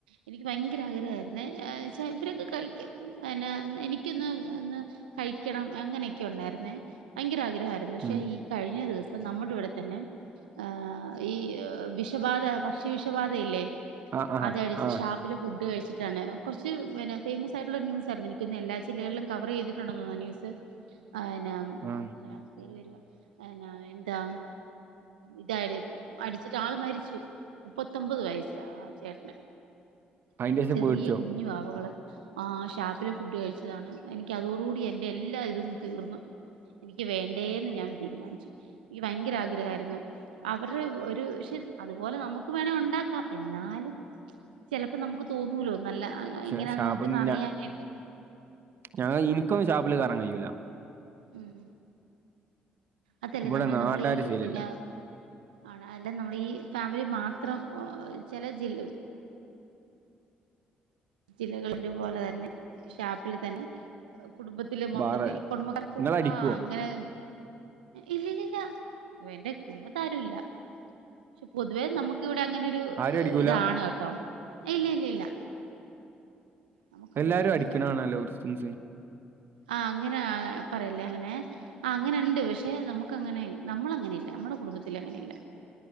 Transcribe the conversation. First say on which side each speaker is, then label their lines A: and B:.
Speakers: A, on the right; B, on the right.
A: എനിക്ക് ഭയങ്കര ആഗ്രഹമായിരുന്നു ചെ ഇവരൊക്കെ കഴിക്കും പിന്നെ എനിക്ക് ന്ന് കഴിക്കണം അങ്ങനെയൊക്കെ ഉണ്ടായിരുന്ന ഭയങ്കരആഗ്രഹം ഉണ്ടായിരുന്നു പക്ഷെ
B: ഉം
A: ഈ കഴിഞ്ഞ ദിവസം നമ്മുടെ ഇവിടെ തന്നെ ആ ഈ വിഷബാധ പക്ഷി വിഷബാധയില്ലേ
B: ആഹ് ആഹ്
A: അതടിച്ച്
B: ആഹ്
A: ഷാപ്പിലെ ഫുഡ് ഇട്ട കഴിച്ചിട്ടാണ് കുറച്ച് പിന്നെ ഫേമസ് ആട്ടുള്ളൊ ന്യൂസായിരുന്നു എനിക്കൊന്ന് എല്ലാ ജില്ലകളും കവർ ചെയ്തിട്ടുണ്ടോന്ന ആ ന്യൂസ് <inaudible> അനാ
B: ആഹ്
A: മലയാളം കേറി വരു ന എന്താ ഇതായി അടിച്ചിട്ട് ആള് മരിച്ചു മുപ്പത്തൊമ്പത് വയസാ ചേട്ടന്.
B: അയിന്റേഷം
A: രണ്ട് ചെറിയ
B: പേടിച്ചോ
A: കുഞ്ഞു വാവകള് ആഹ് ഷാപ്പിലെ ഫുഡ് കഴിച്ചതാണ് എനിക്ക്തോടുകൂടി എൻറെ എല്ലാ ഇതും തീർന്ന്. എനിക്ക് വേണ്ടേന്ന് ഞാൻ തീരുമാനിച്ചു എനിക്ക് ഭയങ്കര ആഗ്രഹമായിരുന്നു അവരുടെ ഒരു പക്ഷെ അതുപോലെ നമുക്ക് വേണമേ ഉണ്ടാക്കാം എന്നാലും ചിലപ്പോ നമുക്ക് തോന്നൂലോ നല്ല
B: പക്ഷ
A: ഇങ്ങനെയാന്നൊക്കെന്ന്
B: ഷാപ്പ്
A: അറിയാനായിട്ട്
B: ഞ ഞങ്ങ എനിക്കൊന്നും ഷാപ്പില് കേറാൻ കഴിയൂല
A: ഉം അതല്ലേ
B: ഇവിടെ
A: ഞാൻ പറ
B: നാട്ടാര്
A: നമ്മൾ ഈ
B: ശരിയല്ല
A: പിന്നെ ആണ് അല്ല നമ്മൾ ഈ ഫാമിലി മാത്രം ചില ജില്ലാ ജില്ലകളിന്റെ പോലെ തന്നെ ഷാപ്പിൽ തന്നെ കുടുംബത്തിലെ മൊത്തത്തി
B: വേറെ
A: കുടുംബക്കാർക്കും
B: ഇങ്ങളടിക്കോ
A: ആ അങ്ങനെ ഇല്ലല്ലില്ല എന്റെ കുടുംബത്തെ രും ഇല്ല പക്ഷെ പൊതുവേ നമ്മുക്ക് ഇവിടെ അങ്ങനൊരു
B: ആരും അടിക്കൂല
A: ഇതാണ് കേട്ടോ ഇല്ല ഇല്ല ഇല്ല നമുക്കൊന്നും
B: എല്ലാരും
A: പറ്റൂല
B: അടിക്കണാണല്ലോ ക്രിസ്ത്യൻസ്.
A: ആ അങ്ങനെ പറയലേ അങ്ങനെ ആ അങ്ങനെ ഉണ്ട് പക്ഷെ നമുക്ക് അങ്ങനെ നമ്മളങ്ങനെല്ല നമ്മ കുടുംബത്തില് അങ്ങനെ ഇല്ല